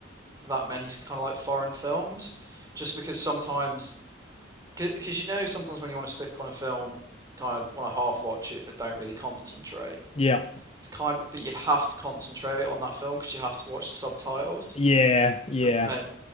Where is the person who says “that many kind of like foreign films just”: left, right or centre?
Right